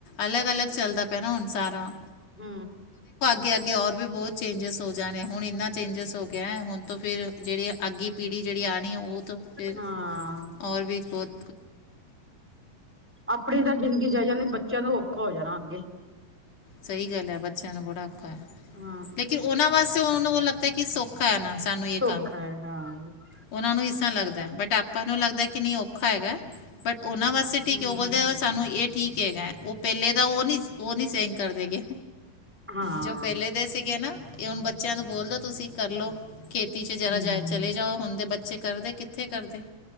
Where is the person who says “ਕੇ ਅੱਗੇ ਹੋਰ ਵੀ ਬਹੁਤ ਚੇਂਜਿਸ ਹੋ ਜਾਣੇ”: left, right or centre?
Left